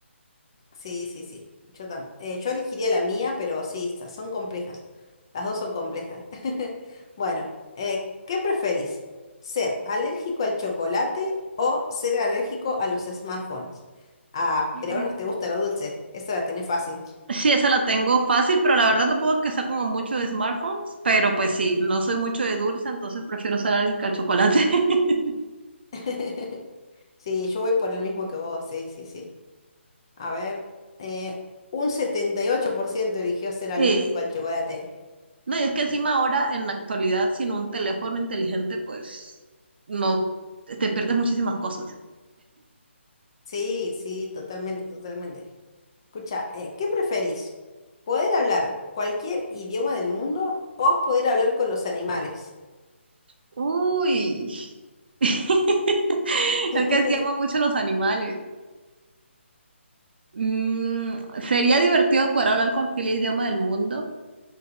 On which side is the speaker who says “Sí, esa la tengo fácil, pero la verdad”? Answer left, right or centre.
Right